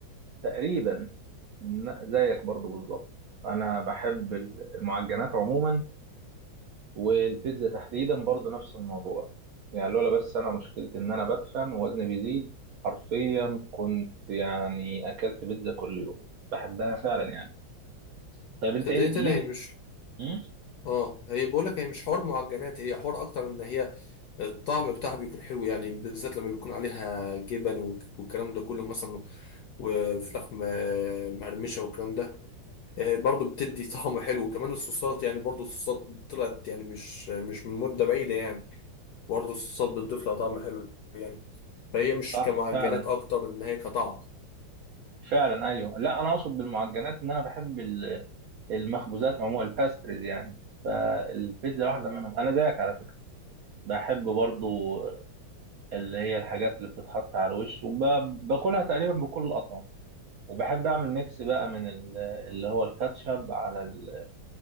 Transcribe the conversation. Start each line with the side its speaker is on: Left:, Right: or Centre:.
Right: تقريبا ن- زيك برضو بالظبط انا بحب المعجنات عموما والبيتزا تحديدا برضو نفس الموضوع يعني لولا بس انا مشكلتي ان انا بتخن ووزني بيزيد حرفيا كنت يعني اكلت بيتزا كل يوم بحبها فعلا يعني طيب انت
Left: صدقني
Right: إيه- ليه
Left: أنا هي
Right: بت...
Left: مش
Right: مم؟
Left: آه هي بقول لك هي مش حوار معجنات هي حوار أكتر إن هي الطعم بتاعها بيكون حلو يعني بالذات لما بيكون عليها جبن وك- والكلام ده كله مثلا وفراخ م- مقرمشة والكلام ده آه، برضو بتدي طعم حلو وكمان الصوصات يعني برضو الصوصات طلعت يعني مش مش من مدة بعيدة يعني برضو الصوصات بتضيف لها طعم حلو يعني فهي مش
Right: صح
Left: كمعجنات
Right: فعلا
Left: اكتر ان هي كطعم
Right: فعلا ايوه لا انا اقصد بالمعجنات ان انا بحب ال- المخبوزات عموما الباستريز يعني فالبيتزا واحده منهم انا زيك على فكره بحب برضو اللي هي الحاجات اللي بتتحط على الوش وباكلها تقريبا بكل الاطعمه وبحب اعمل ميكس بقى من ال- اللي هو الكاتشب على ال-